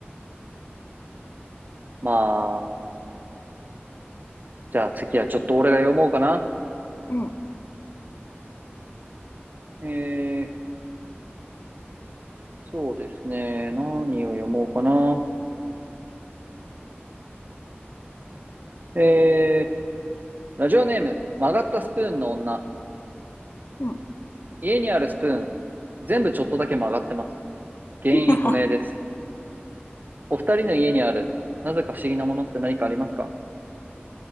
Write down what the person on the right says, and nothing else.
う。まあ、じゃあ次はちょっと俺が読もうかな。
えー、そうですね。何を読もうかな。えー、ラジオネーム、曲がったスプーンの女。
家にあるスプーン、全部ちょっとだけ曲がってます。原因不明です。
お二人の家にある、なぜか不思議なものって何かありますか